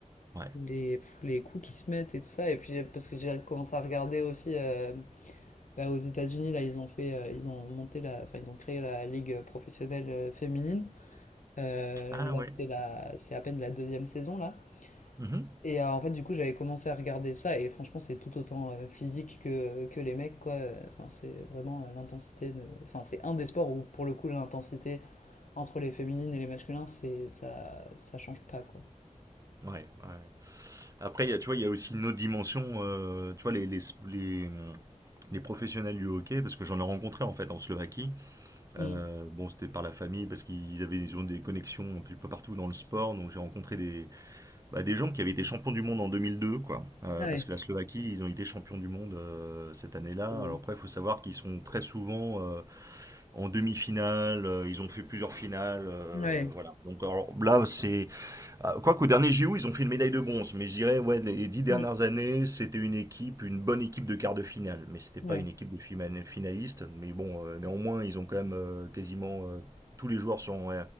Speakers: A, on the right; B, on the left.
A: Ouais.
B: Les, pff, les coups qui se mettent et tout ça. Et puis parce que j'ai commencé à regarder aussi. euh, Bah, aux États-Unis, là, ils ont fait, euh, ils ont monté la, enfin, ils ont créé la ligue professionnelle euh, féminine. Euh,
A: Ah
B: là,
A: ouais.
B: c'est la, c'est à peine la deuxième saison là.
A: Mhm.
B: Et euh, en fait, du coup, j'avais commencé à regarder ça et franchement, c'est tout autant euh, physique que, que les mecs, quoi. Euh, Enfin, c'est vraiment euh, l'intensité de, enfin, c'est un des sports où pour le coup, l'intensité entre les féminines et les masculins, c'est ça, ça change pas, quoi.
A: Ouais, ouais. Après, il y a, tu vois, il y a aussi une autre dimension, euh, tu vois, les, les, les, les professionnels du hockey, parce que j'en ai rencontré en fait en Slovaquie,
B: Mm.
A: Euh, bon, c'était par la famille parce qu'ils avaient ils ont des connexions un peu partout dans le sport. Donc j'ai rencontré des, bah, des gens qui avaient été champions du monde en 2002, quoi. Euh,
B: Ah Ouais.
A: parce que la Slovaquie, ils ont été champions du monde euh, cette année-là.
B: c'est-
A: Alors après, il faut savoir qu'ils sont très souvent euh, en demi-finale. euh, ils ont fait plusieurs finales. euh,
B: Ouais.
A: voilà. Donc alors, là, c'est ah, Quoique au dernier JO, ils ont fait une médaille de bronze, mais je dirais, ouais, les dix dernières
B: Mm.
A: années, c'était une équipe, une bonne équipe de quart de finale, mais c'était pas
B: Ouais.
A: une équipe de fima- finalistes. Mais bon, euh, néanmoins, ils ont quand même euh, quasiment euh, tous les joueurs sont